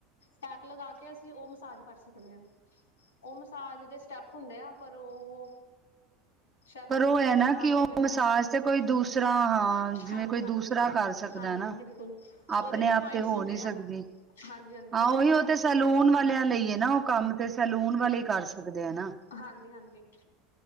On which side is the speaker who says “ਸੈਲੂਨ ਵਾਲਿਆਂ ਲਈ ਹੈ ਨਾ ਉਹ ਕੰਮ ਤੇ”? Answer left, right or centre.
Right